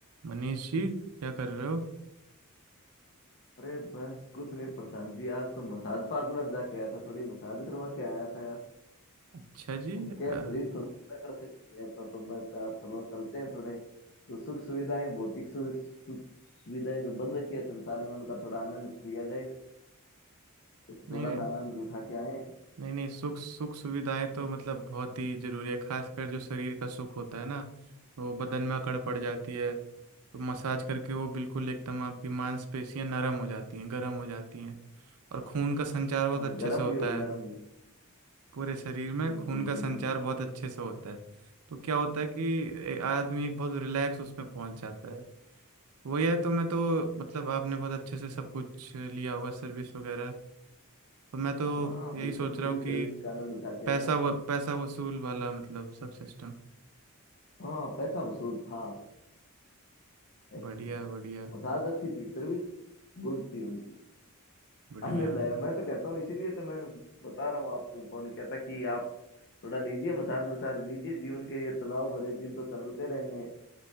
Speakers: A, on the right; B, on the left.
A: मनीष जी क्या कर रहे हो
B: अरे बस कुछ नहीं प्रशांत जी आज तो मसाज पार्लर जाके आया था थोड़ी मसाज करवा के आया था यार
A: अच्छा जी
B: वो क्या
A: अ,
B: है, शरीर थोड़ा कड़कड़ से गया था तो मैं कहा चलो चलते हैं थोड़े जो सुख सुविधाएं भौतिक सु, सुख सुविधाएं जो बन रखी है संसार में उनका थोड़ा आनंद लिया जाए तो
A: नहीं
B: थोड़ा सा आनंद उठा के आए हैं
A: नहीं नहीं सुख सुख सुविधाएं तो मतलब बहुत ही जरूरी है खासकर जो शरीर का सुख होता है ना वो बदन में अकड़ पड़ जाती है तो मसाज करके वो बिल्कुल एकदम आपकी मांसपेशियां नरम हो जाती हैं गर्म हो जाती हैं और खून का संचार बहुत
B: हाँ
A: अच्छे
B: गर्म
A: से होता
B: भी और नरम
A: है
B: भी
A: पूरे शरीर में
B: बिल्कुल
A: खून का
B: बिल्कुल
A: संचार बहुत अच्छे से होता है तो क्या होता है कि ए- आदमी एक बहुत रिलैक्स उसमें पहुंच जाता है वही है तो मैं तो मतलब आपने बहुत अच्छे से सब कुछ लिया होगा सर्विस वगैरह तो मैं तो
B: हाँ
A: यही
B: बिल्कुल
A: सोच रहा
B: पूरी
A: हूँ कि
B: सर्विस का आनंद उठा के
A: पैसा
B: आए हैं
A: व, पैसा वसूल वाला मतलब सब सिस्टम
B: हाँ पैसा वसूल था एक्चुअली
A: बढ़िया बढ़िया
B: मसाज अच्छी थी सर्विस गुड थी उनकी
A: बढ़िया
B: आनंद आया मैं तो कहता हूँ इसीलिए तो मैंने बता रहा हूँ आपको फोन किया था कि आप थोड़ा लीजिए मसाज वसाज लीजिए जीवन के ये तनाव भरे दिन तो चलते रहने हैं